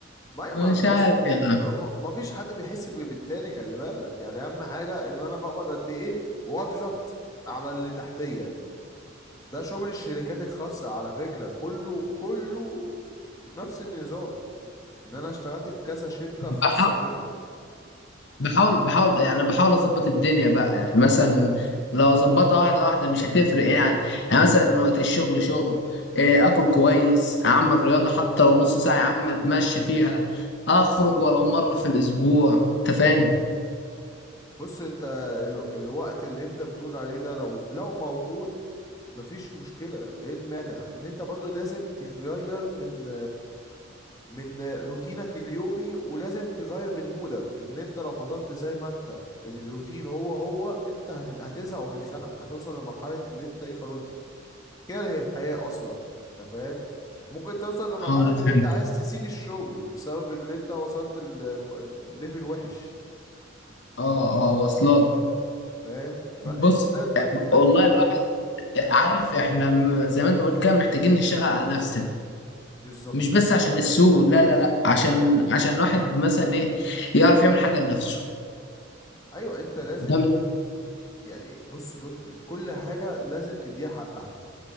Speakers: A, on the left; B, on the left.
A: ما هي-
B: مش
A: ما بص
B: عارف يا
A: ما ما فيش حد بيحس ب- بالتاني خلي بالك يعني اهم حاجة ان انا بقبض قد ايه واضغط على اللي تحتية ده شغل الشركات الخاصة على فكرة كله كله نفس النظام ان انا اشتغلت في كذا شركة خاصة
B: عم
A: كده
B: بحاول بحاول يعني بحاول اظبط الدنيا بقى يعني مثلا لو اظبطها واحده واحده مش هتفرق يعني يعني مثلا وقت الشغل شغل إيه، اكل كويس اعمل رياضه حتى لو نص ساعه يا عم اتمشى فيها اخرج ولو مره في الاسبوع انت فاهم
A: بص انت ال... الوقت اللي انت بتقول عليه ده لو لو موجود مفيش مشكلة ايه المانع ان انت برضو لازم تغير من من روتينك اليومي ولازم تغير من مودك ان انت لو فضلت زي ما انت الروتين هو هو انت هت- هتزهق وتتخنق هتوصل لمرحلة اللي انت ايه خلاص كاره الحياة اصلا انت فاهم ممكن توصل لمرحلة
B: اه انا
A: اللي
B: فهمت
A: انت عايز تسيب الشغل بسبب اللي انت وصلت ال- الليفل وحش
B: اه اه واصلات
A: فاهم فانت
B: بص
A: لازم التغيير
B: والله الواحد عارف احنا م- زي ما انت قلت كده محتاجين نشتغل على نفسنا
A: بالظبط
B: مش بس عشان السوق لا لا لا عشان عشان الواحد مثلا ايه يعرف يعمل حاجه لنفسه
A: ايوه انت لازم
B: ده
A: يعني بص بص كل حاجه لازم تديها حقها